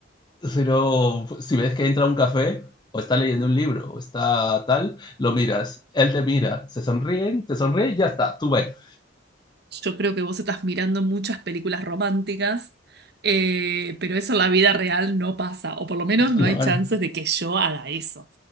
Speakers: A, on the left (about 25°); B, on the right (about 60°).
A: sino si ves que entra a un café, o está leyendo un libro, o está tal, lo miras, él te mira, se sonríen, te sonríe y ya está, tú ves.
B: Yo creo que vos estás mirando muchas películas románticas, eh, pero eso en la vida real no pasa, o por lo menos no
A: No,
B: hay chances
A: no,
B: de que yo haga eso.